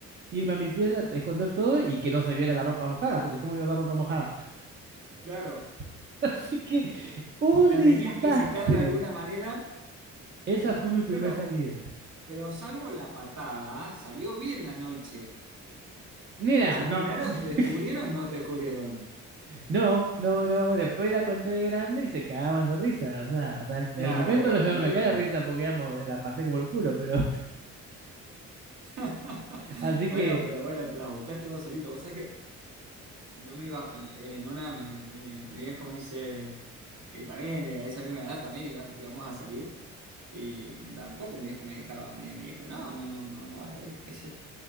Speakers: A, on the right; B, on the right.
A: irme a mi pieza, esconder todo y que no se viera la ropa mojada, porque ¿cómo iba a haber ropa mojada?
B: Claro.
A: <laughs> Así que un
B: La
A: desastre.
B: tenías que secar de alguna manera.
A: Esa fue mi primera
B: Bueno,
A: salida.
B: Pero salvo la patada, salió bien la noche.
A: Mira,
B: ¿Se enteraron?
A: no, <laughs>
B: ¿Te descubrieron? ¿No te descubrieron?
A: no, no, no. Después la conté de grande y se cagaban de risa. O sea, o sea, en
B: Claro,
A: el momento
B: obviamente
A: no, yo no me cae
B: cuando.
A: de risa porque digamos, la pasé como el culo, pero
B: <laughs>
A: así
B: Bueno,
A: que
B: pero bueno, te la buscaste vos solito. Vos sabés que yo me iba, eh, en una, me- mi, mi viejo me dice, eh, también, eh, a esa misma edad también ibas- íbamos a salir. Y tampoco mi hijo me dejaba, me, me dijo, no, no, no, no, no vas a ir. qué sé yo.